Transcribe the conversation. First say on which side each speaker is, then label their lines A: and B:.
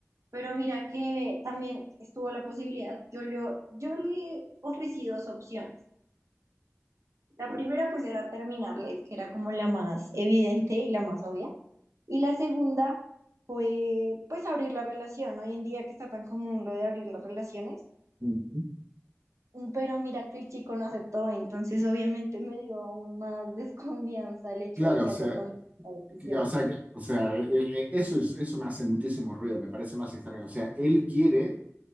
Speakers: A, on the right; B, on the right.
A: Pero mira que también estuvo la posibilidad, yo, yo, yo le ofrecí dos opciones. La primera pues era terminarle, que era como la más evidente y la más obvia. Y la segunda fue pues abrir la relación. ¿no? Hoy en día que está tan común lo de abrir las relaciones,
B: Ujú.
A: Pero mira que el chico no aceptó, entonces obviamente me dio aún más <laughs> desconfianza el hecho
B: Claro,
A: de que
B: o sea,
A: haya tomado la decisión.
B: que- o sea, que- o sea, eh, eh, eso es, eso me hace muchísimo ruido, me parece más extraño. O sea, él quiere